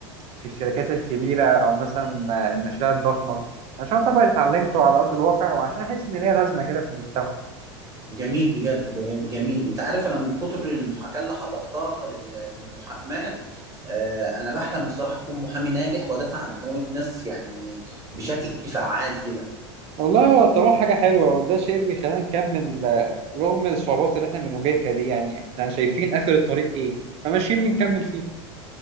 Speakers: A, on the right; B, on the right.
A: في الشركات الكبيرة أو مثلا المشاريع الضخمة عشان أطبق اللي اتعلمته على أرض الواقع وعشان أحس إن ليا لازمة كده في المجتمع
B: جميل بجد بج- جميل انت عارف انا من كتر المحاكاة اللي حضرتها لل- للمحاكمات آه، انا بحلم بصراحة اكون محامي ناجح وادافع عن حقوق الناس يعني بشكل فعال كده
A: والله هو الطموح حاجة حلوة وده الشيء اللي بيخلينا نكمل آه، رغم الصعوبات اللي احنا بنواجهها دي يعني احنا شايفين آخر الطريق ايه فماشيين بنكمل فيه